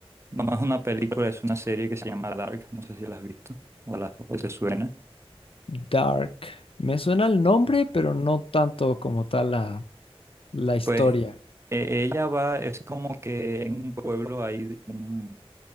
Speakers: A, on the right (about 25°); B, on the left (about 60°).
A: No es una película, es una serie que se llama Dark, no sé si la has visto o, la, o te suena.
B: Dark. Me suena el nombre, pero no tanto como tal la, la historia.
A: Pues eh, ella va, es como que en un pueblo hay un